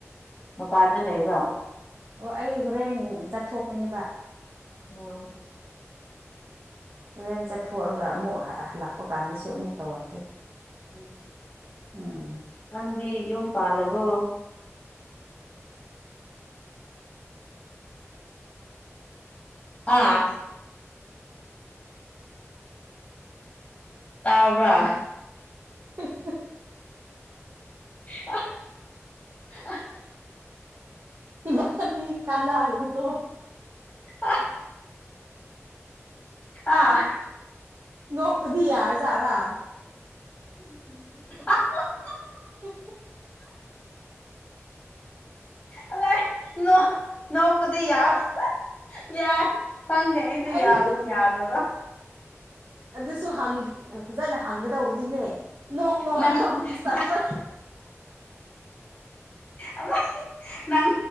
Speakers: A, on the left (about 25°); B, on the right (about 55°).
A: ꯃꯄꯥꯟꯗ ꯂꯩꯕ꯭ꯔꯣ
B: ꯑꯣ ꯑꯩ ꯍꯣꯔꯦꯟ ꯆꯠꯊꯣꯛꯀꯅꯦꯕ
A: ꯑꯣ
B: ꯍꯣꯔꯦꯟ ꯆꯠꯊꯣꯛꯑꯒ ꯑꯃꯨꯛ ꯍꯥ ꯍꯜꯂꯛꯄ ꯀꯥꯟꯗꯁꯨ ꯑꯃꯨꯛ ꯇꯧꯔꯛꯀꯦ
A: ꯎꯝ
B: ꯎꯝ
A: ꯅꯪꯗꯤ ꯌꯨꯝ ꯄꯥꯜꯂꯕꯣ ꯑꯥ ꯇꯥꯕ꯭ꯔꯥ
B: <unintelligible>
A: <unintelligible>
B: ꯏꯕꯅꯤ ꯀꯅꯥꯔꯦꯀꯣ
A: ꯑꯥ ꯑꯥ
B: ꯅꯣꯛꯄꯨꯗꯤ ꯌꯥꯔꯖꯥꯔꯥ
A: <unintelligible>
B: ꯍꯨꯝ ꯍꯨꯛ
A: ꯑꯂꯥꯏ ꯅꯣ ꯅꯣꯛꯄꯗꯤ ꯌꯥꯔ <unintelligible> ꯌꯥꯢ ꯈꯪꯗꯦ ꯑꯩꯁꯦ
B: ꯑꯩ
A: ꯌꯥꯕꯨ ꯌꯥꯗꯕ꯭ꯔꯥ
B: ꯑꯗꯨꯁꯨ ꯍꯪ ꯐꯖꯅ ꯍꯪꯒꯗꯧꯕꯅꯤꯅꯦ ꯅꯣꯛ ꯅꯣꯛꯔꯒ
A: ꯅꯪ
B: ꯑꯃꯨꯛ ꯆꯠꯂ
A: ꯅ ꯑꯃꯥꯢ ꯅꯪ